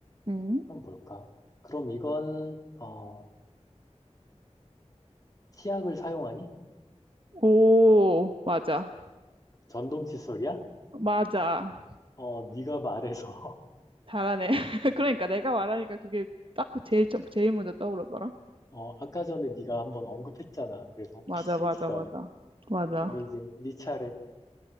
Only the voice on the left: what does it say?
그럼 뭘까? 그럼 이건, 어, 치약을 사용하니?
그 전동 칫솔이야?
어, 네가 말해서, <laughs>
어, 아까 전에 네가 한번 언급했잖아. 그래서 혹시
했어.
그럼 이제 네 차례.